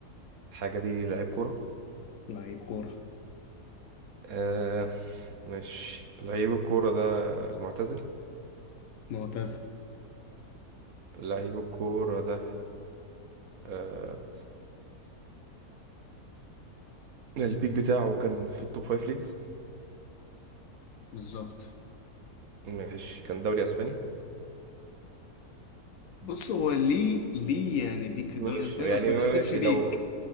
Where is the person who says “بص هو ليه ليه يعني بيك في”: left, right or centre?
Left